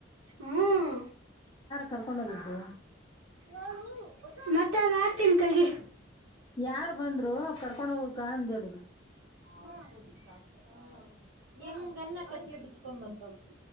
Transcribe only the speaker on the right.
ಹ್ಮ್
ನಡುು ಮತ್ತೆ ಮಾಡ್ತೀನಿ ತೆಗಿ
ಹ ಹೆಂಗನ್ನ ಕಟ್ಲಿ ಬಿಚ್ಕೊಂಡ ಬರ್ತವ